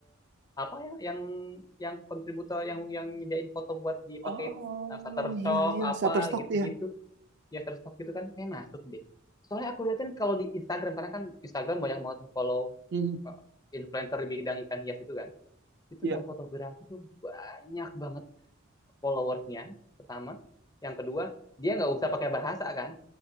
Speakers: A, on the left; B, on the right.
A: apa yang yang yang kontributor yang yang nyediain foto buat dipakai
B: Oh
A: itu Nah, Shutterstock
B: iya iya,
A: apa
B: Shutterstock
A: gitu-gitu
B: ya.
A: ya Shutterstock gitu kan kayak masuk deh soalnya aku liatin kalau di Instagram karena kan Instagram banyak banget follow
B: Mhm,
A: influencer di bidang ikan hias itu kan itu
B: Iya,
A: yang fotografi itu banyak banget followersnya pertama yang kedua dia nggak usah pakai bahasa kan